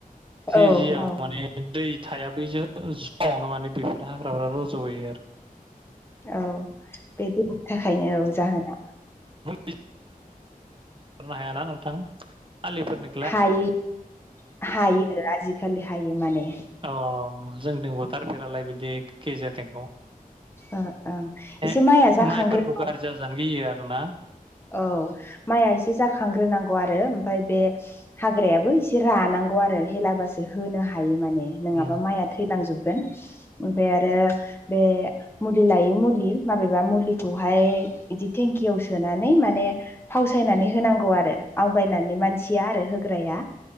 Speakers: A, on the right; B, on the left.
A: जि
B: औ
A: जिआव
B: औ
A: माने दै थाया बैजों समावनो माने बेफोर हाग्राफ्रा रज'यो आरो
B: औ बे दैनि थाखायनो औ जाहोना
A: <unintelligible> हायाना नोंथां आलिफोरनि
B: हायो हायो आजिखालि हायो माने
A: अ जों दबोथारफेरालाय बिदिक गेजेरनिखौ
B: ओ ओं एसे
A: ए
B: माइया जाखांग्रोनांगौ
A: माइफोर गारजि जाजानो गैयो आरोना।
B: औ माइआ एसे जाखांग्रोनांगौ आरो ओमफ्राय बे हाग्रायाबो एसे रानांगौ आरो हेलाबासो होनो हायो माने नङाबा
A: अ
B: माया थैलांजोबगोन ओमफ्राय आरो बे मुलि लायै मुलि माबेबा मुलिखौहाय बिदि थेंकियाव सोनानै माने फावसायनानै होनांगौ आरो आवगायनानै मानसिया आरो होग्राया।